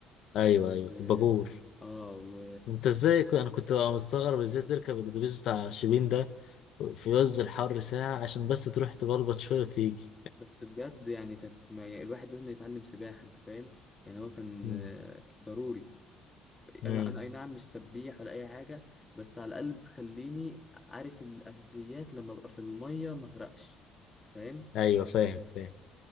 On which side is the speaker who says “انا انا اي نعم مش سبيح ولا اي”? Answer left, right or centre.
Left